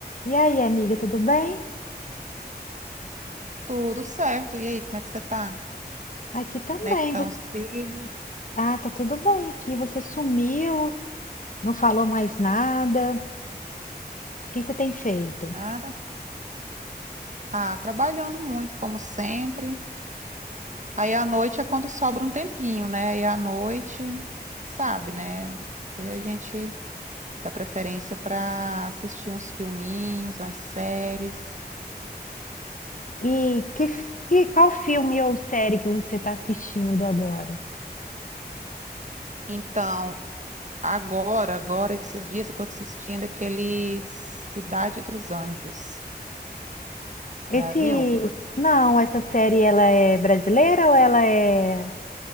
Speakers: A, on the left (about 50°); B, on the right (about 45°).
A: E aí, amiga, tudo bem?
B: Tudo certo. E aí, como é que você tá?
A: Aqui também.
B: Como é que estão
A: Você-
B: os filhos?
A: Ah, tá tudo bem aqui. Você sumiu, não falou mais nada. O que você tem feito?
B: Nada? Ah, trabalhando muito, como sempre. Aí à noite é quando sobra um tempinho, né? E à noite, sabe, né? Aí a gente dá preferência para assistir uns filminhos, umas séries.
A: E que, f- que- qual filme ou série que você está assistindo agora?
B: Então, agora, agora, esses dias eu tô assistindo aquele Cidade dos Anjos.
A: Esse,
B: Já viu?
A: não, essa série ela é brasileira ou ela é